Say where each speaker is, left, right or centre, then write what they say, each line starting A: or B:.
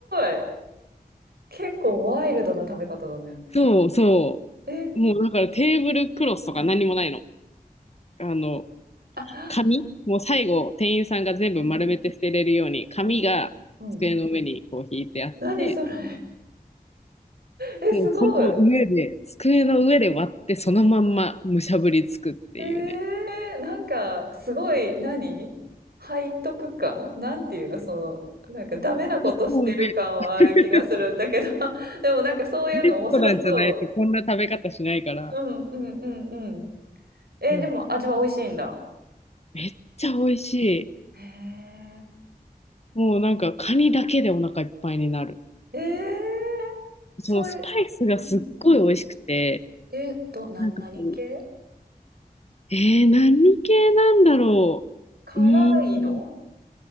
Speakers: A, on the right; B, on the left.
A: い。結構ワイルドな食べ方だね。
B: そうそ
A: え、
B: う。もうだからテーブルクロスとか何もないの。
A: うんうん。
B: あの、
A: あ、
B: 紙もう最後、店員さんが全部丸めて捨てれるように、
A: うん
B: 紙が机の上にこう引いてあって、
A: うんうん。うん。何それ。え、
B: もうその上で、
A: すごい。
B: 机の上で割ってそのまんまむしゃぶりつくっていうね。
A: えー、なんかすごい何背徳感なんていうのそのなんかダメなことしてる感はある気がするんだけど
B: そうもうね、<laughs>
A: <laughs> でもなんかそういうの面白そう。
B: レストランじゃないとこんな食べ方しないから、
A: うんうんうんうん。えー、
B: うん、
A: でも味は美味しいんだ。
B: めっちゃ美味しい。
A: へえ。
B: もうなんかカニだけでお腹いっぱいになる。
A: えー、そういう、
B: そのスパイスがすっごい美味しくて、
A: うんうん。えー、ど、な、
B: なんかこう、
A: 何系
B: えー、何系なんだろう。
A: 辛いの
B: うーん、